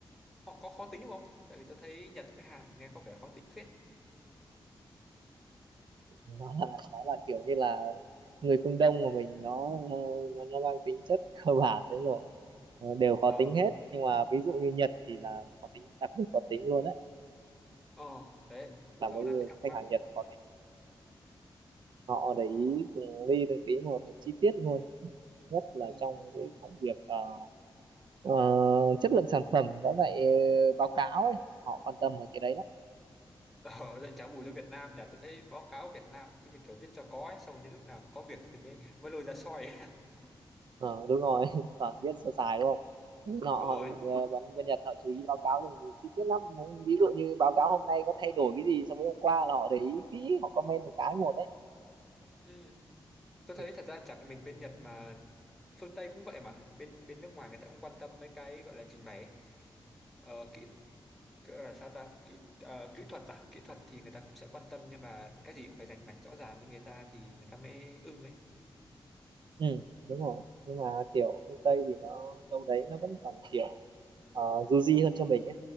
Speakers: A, in the centre; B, on the right.
A: họ có khó tính đúng không? Tại vì tôi thấy Nhật với Hàn nghe có vẻ khó tính phết.
B: nó là nó là kiểu như là người phương Đông của mình nó ờ, nó, nó mang tính chất <laughs> cơ bản đấy rồi Ờ, đều khó
A: Ờ,
B: tính hết nhưng mà ví dụ như Nhật thì là khó tính đặc biệt khó tính luôn đấy
A: ờ, đấy,
B: làm
A: tôi
B: bao
A: cũng
B: nhiêu
A: đang bị thắc
B: khách
A: mắc.
B: hàng Nhật khó tính họ để ý từng ly từng tí một từng chi tiết luôn nhất là
A: Ừ. <laughs>
B: trong cái công việc ờ, ờ, chất lượng sản phẩm với lại ờ, báo cáo ấy họ quan tâm về cái đấy lắm
A: Ờ, lại trả bù cho Việt Nam nhỉ? Tôi thấy báo cáo Việt Nam cứ như kiểu viết cho có ấy, xong rồi đến lúc nào mà có việc thì mới mới lôi ra soi. <laughs>
B: ờ, đúng rồi <laughs> toàn viết sơ sài đúng không họ họ
A: Đúng rồi.
B: ờ, bên bên Nhật họ chú ý báo cáo thì chi tiết lắm ví dụ như báo cáo hôm nay có thay đổi cái gì so với hôm qua là họ để ý kỹ họ comment từng cái một đấy
A: Ừ. Tôi
B: ừ,
A: thấy thật ra chả phải mình bên Nhật mà phương Tây cũng vậy mà. Bên bên nước ngoài người ta cũng quan tâm mấy cái gọi là trình bày ấy. Ờ, kỹ Cứ là sao ta kỹ ờ, kỹ thuật à kỹ thuật thì người ta cũng sẽ quan tâm nhưng mà cái gì cũng phải rành mạch rõ ràng với người ta thì người ta mới ưng ấy
B: ừ, đúng rồi nhưng mà kiểu phương Tây thì nó đâu đấy nó vẫn còn kiểu uh, du di hơn cho mình ấy